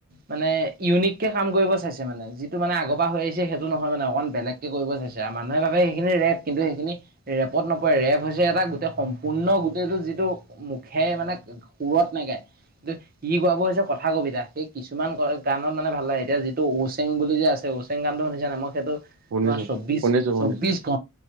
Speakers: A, on the right (about 40°); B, on the right (about 75°).
A: মানে ইউনিক কে কাম কৰিব চাইছে মানে যিটো মানে আগবাহ হৈ আহিছে সেইটো নহয় মানে অকন বেলেগকে কৰিব চাইছে মানুহে ভাবে সেইখিনি ৰেপ। কিন্তু সেইখিনি ৰেপত নপৰে ৰেপ হৈছে এটা গোটেই সম্পূৰ্ণ গোটেইটো যিটো। মুখে মানে সুৰত নে গায়। ই গোৱাব হৈছে কথা কবিতা সেই কিছুমান গানত মানে ভাল লাগে এতিয়া যিটো ওচেং বুলি যে আছে। হোচেং গানটো শুনিছানে নাই মই সেটো
B: শুনিছো
A: তোমাৰ চৌশ
B: শুনিছো শুনিছো
A: চৌবিশ ঘ